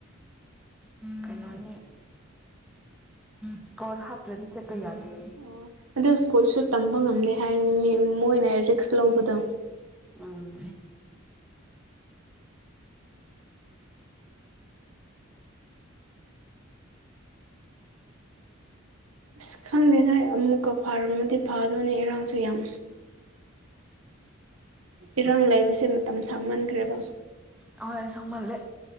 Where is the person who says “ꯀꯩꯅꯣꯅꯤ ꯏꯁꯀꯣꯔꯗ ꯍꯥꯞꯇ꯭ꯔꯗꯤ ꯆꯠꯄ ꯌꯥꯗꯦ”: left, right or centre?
Centre